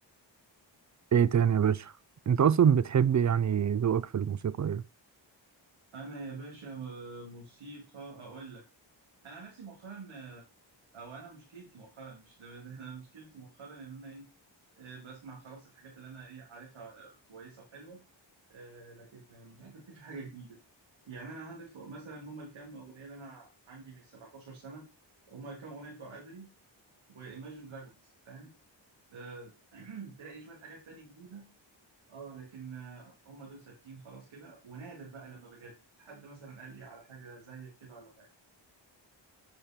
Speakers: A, on the right (about 40°); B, on the right (about 90°).
A: ايه تاني يا باشا انت اصلا بتحب يعني ذوقك في الموسيقى ايه
B: انا يا باشا آه، موسيقى اقول لك انا عن نفسي مؤخرا آه، او انا مشكلتي مؤخرا مش ده ده انا مشكلتي مؤخرا ان انا ايه آه، بسمع خلاص الحاجات اللي انا ايه عارفها آه، كويسه وحلوه آه، لكن آه، مش عارف اكتشف حاجه جديده يعني انا عارف مثلا هما الكام اغنيه اللي انا عندي من 17 سنه هما الكام اغنيه بتوع ادري وايماجين دراجونز فاهم آه، <clears throat> تلاقي شويه حاجات تانية جديده اه لكن آه، هم دول ثابتين خلاص كده ونادر بقى لما بجد حد مثلا قال لي على حاجه زيك كده ولا حاجه